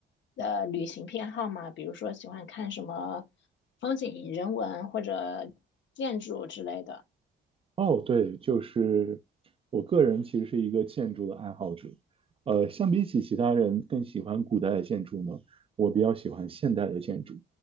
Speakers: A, on the left (about 70°); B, on the right (about 30°).
A: 呃旅行偏好吗？比如说喜欢看什么风景、人文或者建筑之类的？
B: 哦，对，就是我个人其实是一个建筑的爱好者，呃，相比起其他人更喜欢古代的建筑呢，我比较喜欢现代的建筑，